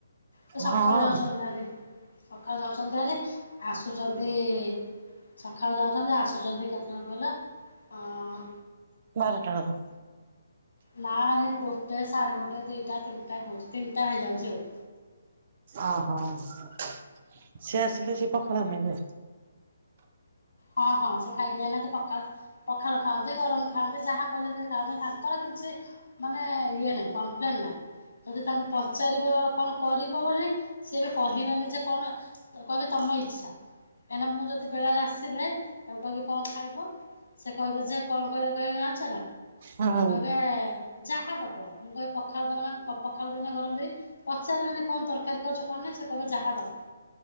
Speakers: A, on the left; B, on the right.
A: ସେ ସକାଳୁ
B: ହଁ
A: ଯାଉଛନ୍ତି ଭାରି। ସକାଳୁ ଯାଉଛନ୍ତି ହାରି ଆସୁଛନ୍ତି। ସକାଳୁ ଯାଉଛନ୍ତି ଆସୁଛନ୍ତି କେତେବେଳେ କହିଲ ଅ
B: ବାରଟା ବେଳକୁ।
A: ନା ହେ ଗୋଟେ ସାଢେ ଗୋଟେ ଦିଟା ତିନିଟା ହଉଛି ତିନିଟା ହେଇଯାଉଛି ଆଉ।
B: ଓହୋ ସିଏ ଆସିଲେ ସେ ପଖାଳ ଖାଇବେ।
A: ହଁ ହଁ ସେ ଖାଇକି ଯାଇନାହାନ୍ତି ପଖାଳ। ପଖାଳ ଖାଆନ୍ତି ଗରମ ଖାଆନ୍ତି ଯାହା କଲେ ସେ ଖାଉନ୍ତି ତାଙ୍କର କିଛି ମାନେ ଇଏ ନାଇଁ କମ୍ପ୍ଲେନ ନାହିଁ। ଯଦି ତାଙ୍କୁ ପଚାରିବ କଣ କରିବ ବୋଲି ସିଏ ବି କହିବେନି ଯେ କଣ। କହିବେ ତମ ଇଚ୍ଛା କାହିଁକିନା ମୁଁ ଯଦି ବେଳାରେ ଆସି। ସିବେ ତାଙ୍କୁ କହିବି କଣ ଖାଇବ ସେ କହିବେ ଯେ କଣ କହିଲେ କହିବେ ଜାଣିଛ ନା।
B: ହୁଁ
A: କହିବେ ଯାହା ଦବ ମୁଁ କହିବି ପଖାଳ ଦେବ ନା କ ପଖାଳ ଦେବି ନା ଗରମ ଦେବି। ପଚାରିବେନି କଣ ତରକାରୀ କରିଚ କଣ ନାଇଁ ସେ କହିବେ ଯାହା ଦବ।